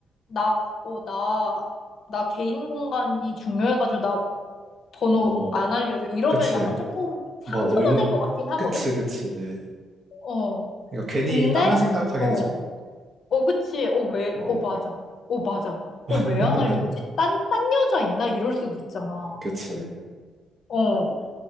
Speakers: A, on the left; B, on the right.
A: 나, 어, 나, 나 개인 공간이 중요해가지고 나 번호
B: 어,
A: 안 알려줘. 이러면
B: 그치.
A: 약간 조금 상처받을
B: 막 의문,
A: 것 같긴 하거든?
B: 그치, 그치. 그러니까
A: 어.
B: 괜히
A: 근데,
B: 다른 생각하게
A: 어,
B: 되잖아.
A: 어, 그치. 어, 왜,
B: 어,
A: 어, 맞아. 어, 맞아. 어,
B: <laughs>
A: 왜 안 알려주지? 딴, 딴 여자 있나? 이럴 수도 있잖아.
B: 그치.
A: 어,